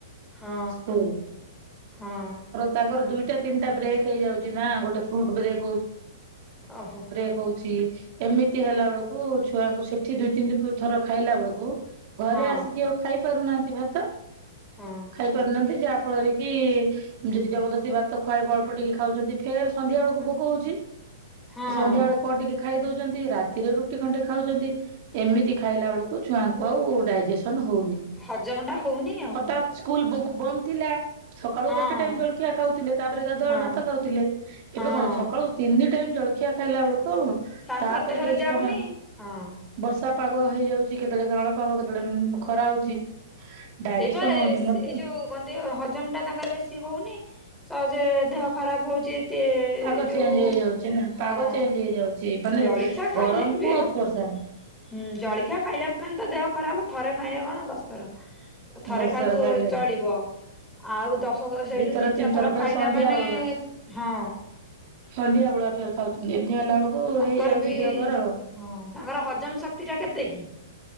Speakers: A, in the centre; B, on the right.
A: ହଁ
B: ସ୍କୁଲ
A: ହଁ
B: ତା ଦୁଇଟା ତିନିଟା ବ୍ରେକ୍ ହେଇଯାଉଛି ନା ଗୋଟେ ଫ୍ରୁଟ ବ୍ରେକ
A: ଓହୋ
B: ହଉଛି ଏମିତି ହେଲା ବେଳକୁ ଛୁଆକୁ ସେଠି ଦୁଇ ତିନି ଥର ଖାଇଲା ବେଳକୁ ଘରେ
A: ହଁ
B: ଆସିକି ଆଉ ଖାଇ ପାରୁନାହାନ୍ତି ଭାତ
A: ହଁ
B: ଖାଇ ପାରୁନାହାନ୍ତି ଯାହା ଫଳରେ କି ଯଦି ଜବରଦସ୍ତି ଭାତ ଖୁଆଇବ ଅଳ୍ପ ଟିକେ ଖାଉଛନ୍ତି ଫେର ସନ୍ଧ୍ୟା ବେଳକୁ ଭୋକ ହଉଛି।
A: ହଁ
B: ସେ ସନ୍ଧ୍ୟାବେଳେ କଣ ଟିକେ ଖା ଖାଇ ଦଉଛନ୍ତି ରାତିରେ ରୁଟି ଖଣ୍ଡେ ଖାଉଛନ୍ତି ଏମିତି ଖାଇଲା ବେଳକୁ ଛୁଆଙ୍କୁ ଆଉ ଡାଇଜେସନ ହ ହଉନି
A: ହଜମ ଟା ହଉନି ଆଉ
B: ହଠାତ୍ ସ୍କୁଲ ବୁ ବନ୍ଦ ଥିଲା। ସକାଳୁ
A: ହଁ
B: ଗୋଟେ ଟାଇମ ଜଳଖିଆ ଖାଉଥିଲେ ତାପରେ ଗାଧୁଆଳୁ
A: ହଁ
B: ଭାତ ଖାଉଥିଲେ
A: ହଁ
B: ଏବେ କଣ ସକାଳୁ ତିନି ଟାଇମ ଜଳଖିଆ ଖାଇଲା ବେଳକୁ ଆଉ
A: ତାଙ୍କର
B: ତାପରେ
A: ଦେହରେ
B: ଯାଇକି
A: ଯାଉନି
B: ତମେ
A: ହଁ
B: <inaudible> ବର୍ଷା। ପାଗ ହେଇଯାଉଛି କେତେବେଳେ କାଳ ପାଗ କେତେବେଳେ ଖରା ହଉଛି। ଡାଇଜେସନ
A: ସେଇବା ଏସ୍
B: ହଉନି ମୋର
A: ଏଇ ଯୋଉ କହନ୍ତି ହଜମ ଟା ତାଙ୍କର ବେଶୀ ହଉନି। ସହଜେ ଦେହ ଖରାପ ହଉଛି ଏତେ
B: ପାଗ
A: ଯୋଉ
B: ଚେଞ୍ଜ ହେଇଯାଉଛି ନା
A: ହଁ।
B: ପାଗ ଚେଞ୍ଜ ହେଇଯାଉଛି ମାନେ
A: ଜଳିଖିଆ ଖାଇଲେ
B: ଗରମ କୁ
A: ବି ହବ
B: ବର୍ଷା
A: ହୁଁ ଜଳିଖିଆ ଖାଇଲା ମାନ ତ ଦେହ ଖରାପ ଥରେ ଖାଇଲେ କଣ ଦଶଥର ଥରେ
B: ଦଶଥର
A: ଖାଇବୁ
B: ଖାଇଲେ
A: ଚଳିବ ଆଉ ଦ <unintelligible> ସେଇଠୁ
B: ଦିଥର
A: ତିନି ଚାରି ଥର
B: ଫେର
A: ଖାଇଲା
B: ସନ୍ଧ୍ୟା
A: ମାନେ
B: ବେଳୁଆ
A: ହଁ।
B: ସନ୍ଧ୍ୟା ବେଳକେରେ ଖାଉଛନ୍ତି ଏମିତି ହେଲା ବେଳକୁ
A: ତାଙ୍କର
B: ହେଇଯାଉଛି
A: ବି
B: ଦେହ ଖରାପ।
A: ହଁ ତାଙ୍କର ହଜମ ଶକ୍ତି ଟା କେତେ କି?